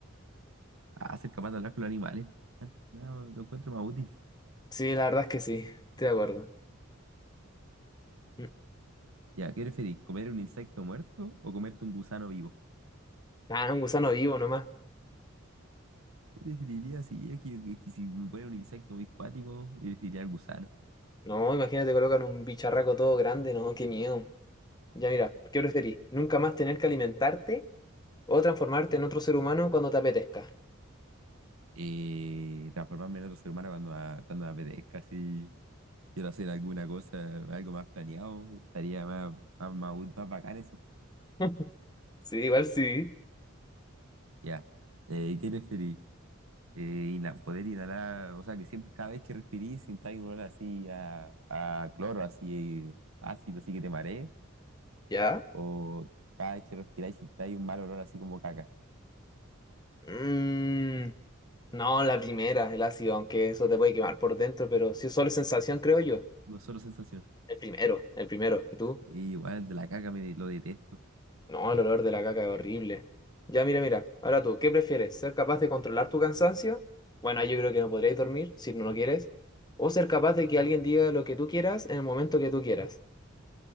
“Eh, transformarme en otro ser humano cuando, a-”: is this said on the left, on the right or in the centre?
Right